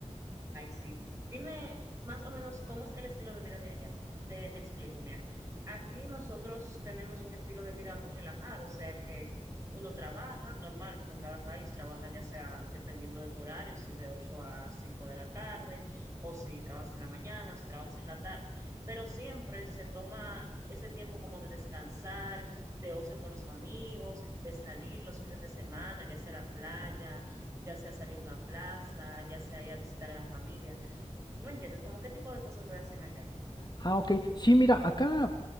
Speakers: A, on the right; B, on the left.
A: Ay, sí. Dime más o menos cómo es el estilo de vida de allá. Te me explico, mira. Aquí nosotros tenemos un estilo de vida muy relajado, o sea que uno trabaja normal, como en cada país, trabaja ya sea dependiendo de tu horario, si de 8 a 5 de la tarde, o si trabajas en la mañana, o si trabajas en la tarde, pero siempre se toma ese tiempo como de descansar, de ocio con los amigos, de salir los fines de semana, ya sea a la playa ya sea salir a una plaza, ya sea ir a visitar a la familia. ¿Tú me entiendes? ¿Cómo qué tipo de cosas te hacen allá?
B: Ah, ok. Sí, mira, acá